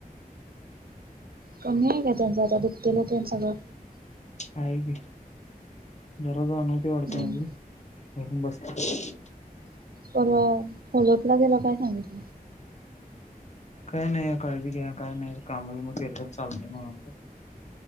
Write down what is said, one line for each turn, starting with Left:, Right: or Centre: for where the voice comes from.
Right: कमी आहे का त्यांचं आता दुखतेल तेन सगळं
Left: आहे कि. दररोज अनोळखी वाढत
Right: हम्म,
Left: भरून बसत्या
Right: पर फॉलपला गेला काय सांगितलं
Left: काय नाही काळजी घ्या काय नाही कामा मग गेलं तर चालतय म्हणालत